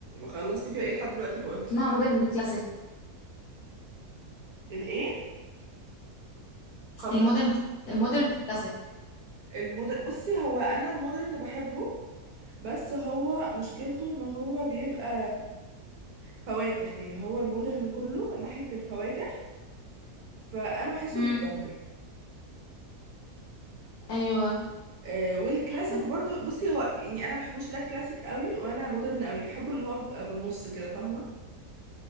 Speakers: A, on the right (about 70°); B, on the left (about 75°).
A: خلصتي فيها ايه لحد دلوقتي بقولك
B: اسمها مودرن كلاسيك
A: الايه خلصت
B: المودرن المودرن كلاسيك
A: المودر بصي هو انا المودرن بحبه بس هو مشكلته ان هو بيبقى فواتح يعني هو المودرن كله ناحية الفواتح فانا بحسه
B: امم
A: بيتبهدل
B: ايوه
A: آه والكلاسيك
B: ما انا
A: برضو بصي هو يعني انا بحبوش لا كلاسيك قوي ولا مودرن قوي بحبه اللي هو بيبقى في النص كده فاهمة